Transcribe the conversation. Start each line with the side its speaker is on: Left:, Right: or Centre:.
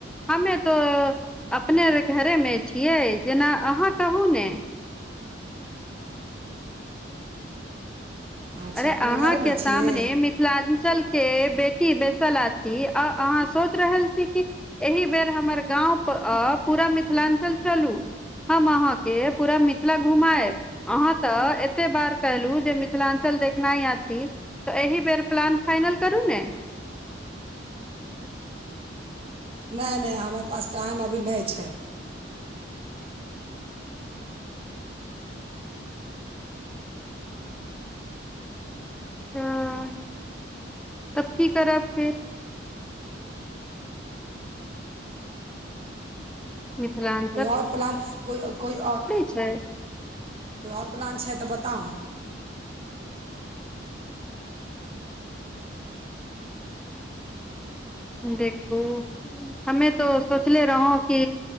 Centre: हमें तऽ अपने घरेमे छियै जेना अहाँ कहू ने
Right: अच्छा
Centre: अरे
Right: अपने
Centre: अहाँ
Right: घरेमे
Centre: के सामने
Right: छियै
Centre: में मिथिलांचल के बेटी बैसल अछी अ अहाँ सोचि रहल छी कि एहि बेर हमर गाँव प अ पूरा मिथिलाञ्चल चलू। हम अहाँ के पूरा मिथिला घुमाएब अहाँ तऽ एते बार कहलू जे मिथिलां चल देखनाय अछी तऽ एहि बेर प्लान फाइनल करू ने
Right: नय नय हमर पास टाइम अभी नय छै
Centre: हँ तब की करब फिर मिथिलाञ
Right: कोइ और प्लान कोइ कोइ और
Centre: छै
Right: कोइ आओर प्लान छै तऽ बताउ।
Centre: देखू हमे तो सोचले रहु कि